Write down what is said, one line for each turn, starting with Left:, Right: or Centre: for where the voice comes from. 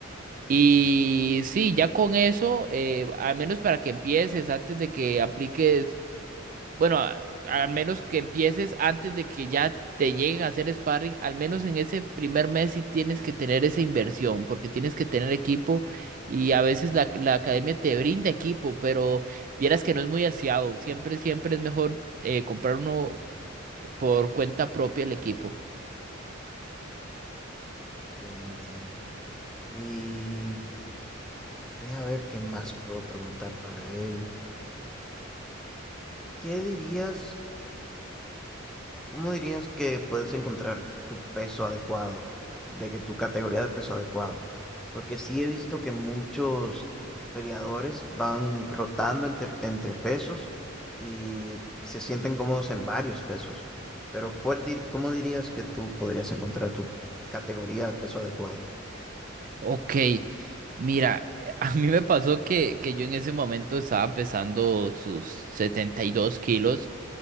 Right: Y sí, ya con eso, eh, al menos para que empieces, antes de que apliques bueno, a- al menos que empieces antes de que ya te lleguen a hacer sparring, al menos en ese primer mes sí tienes que tener esa inversión, porque tienes que tener equipo y a veces la, la academia te brinda equipo, pero vieras que no es muy aseado. Siempre, siempre es mejor eh, comprar uno por cuenta propia el equipo.
Centre: Entiendo, entiendo. Y Deja ver qué más puedo preguntar para él. ¿Qué dirías? ¿Cómo dirías que puedes encontrar tu peso adecuado? De que tu categoría de peso adecuado. Porque sí he visto que muchos peleadores van rotando entre, entre pesos y se sienten cómodos en varios pesos. Pero ¿cuál diri- cómo dirías que tú podrías encontrar tu categoría de peso adecuado?
Right: Ok, mira, eh, <laughs> a mí me pasó que, que yo en ese momento estaba pesando sus 72 kilos